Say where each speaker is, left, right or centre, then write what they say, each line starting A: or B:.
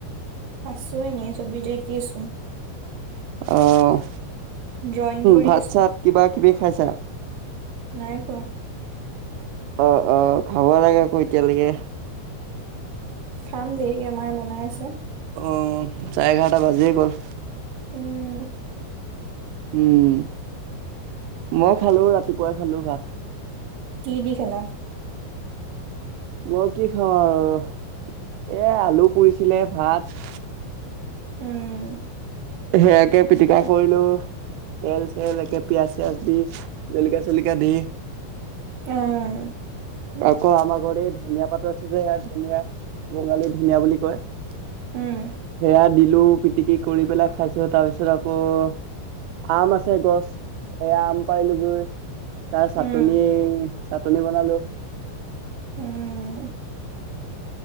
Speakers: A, on the right; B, on the right.
A: আছো এনেই চবিটো আঁকি আছো।
B: অ'
A: ড্ৰয়িং কৰি
B: ভাত
A: আছো
B: চাত কিবা কিবি খাইছা?
A: নাই খোৱা।
B: অ' অ' খাব লাগে আকৌ এতিয়ালৈকে।
A: খাম দেৰিকে মাই বনাই আছে।
B: অঁ চাৰে এঘাৰটা বাজিয়ে গ'ল।
A: উমঁ।
B: উমঁ মই খালো ৰাতিপুৱাই খালো ভাত।
A: কি দি খালা?
B: মই কি খাওঁ আৰু এ আলু পুৰিছিলে ভাত।
A: উমঁ।
B: সেয়াকে পিটিকা কৰিলো। তেল চেল একে পিয়াঁজ চিয়াজ দি জলকাীয়া চলিকা দি।
A: এয়া।
B: আকৌ আমাৰ ঘৰত এই ধনিয় পাতো আছে যে স ধুনীয়া বঙালী ধনিয়া বুলি কয়। সেয়া
A: উম
B: দিলো পিটিকি কৰি পেলাই খাইছো তাৰ পিছত আকৌ- আম আছে গছ এই আম পাইলোগৈ তাৰ চাটনি
A: উম
B: চাটনি বনালো।
A: উমঁ!